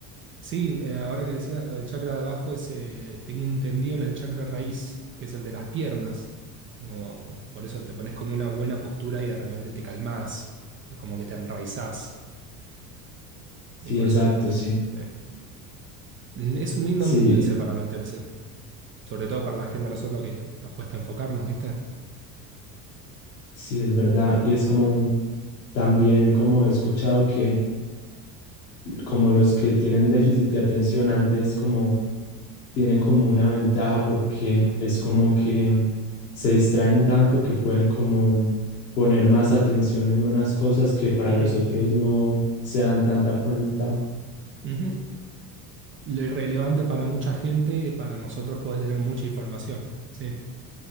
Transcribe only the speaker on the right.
Sí, eh, ahora que decías lo del chakra de abajo, es, eh, tengo entendido era el chakra raíz, que es el de las piernas. Que como, por eso te pones como una buena postura y de repente te calmás, es como que te enraizás.
Y por
eso que,
eh, es un lindo
mundo ese para meterse. Sobre todo para la gente a nosotros que nos cuesta enfocarnos, ¿viste?
Ujú,
ujú. Lo irrelevante para mucha gente, para nosotros puede tener mucha información. Sí.